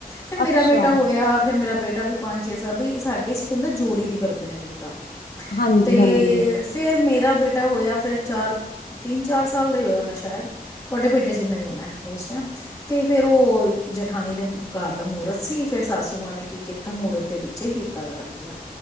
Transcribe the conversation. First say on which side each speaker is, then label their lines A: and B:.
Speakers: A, on the left (about 15°); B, on the left (about 75°).
A: ਫਿਰ ਮੇਰਾ
B: ਅੱਛਾ
A: ਬੇਟਾ ਹੋਇਆ ਫੇਿਰ ਮੇਰਾ ਬੇਟਾ ਾ ਵੀ ਪੰਜ ਛੇ ਸ ਵੀ ਸਾਡੇ ਚ ਕੀ ਹੁੰਦਾ ਜੋੜੀ ਦੀ ਕਰਦੇ ਨੇ ਰੇਤਾ
B: ਹਾਂਜੀ
A: ਤੇ
B: ਹਾਂਜੀ
A: ਫਿਰ ਮੇਰਾ ਬੇਟਾ ਹੋਇਆ ਫਿਰ ਚਾਰ ਤਿੰਨ ਚਾਰ ਸਾਲ ਦਾ ਹੀ ਹੋਇਆ ਉਹਨਾ ਸ਼ਾਇਦ ਤੁਹਾਡੇ ਬੇਟੇ ਚ ਇਨਾ ਹੀ ਹੋਣਾ ਉਸ ਟਾਈਮ ਤੇ ਫੇਰ ਉਹ ਜਠਾਨੀ ਦੇ ਘਰ ਦਾ ਮੂਰਤ ਸੀ ਫਿਰ ਸਾਸੂ ਮਾਂ ਨੇ ਕੀ ਕੀਤਾ ਮੂਰਤ ਦੇ ਵਿੱਚ ਹੀ ਕੀਤਾ ਕਰਦ ਆ